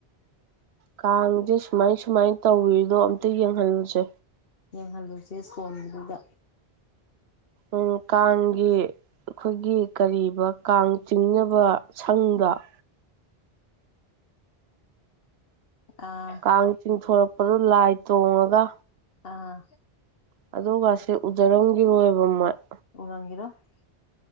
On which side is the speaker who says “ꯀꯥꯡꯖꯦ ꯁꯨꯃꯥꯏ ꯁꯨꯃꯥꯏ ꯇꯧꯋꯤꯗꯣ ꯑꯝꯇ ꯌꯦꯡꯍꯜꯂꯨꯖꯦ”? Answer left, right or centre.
Right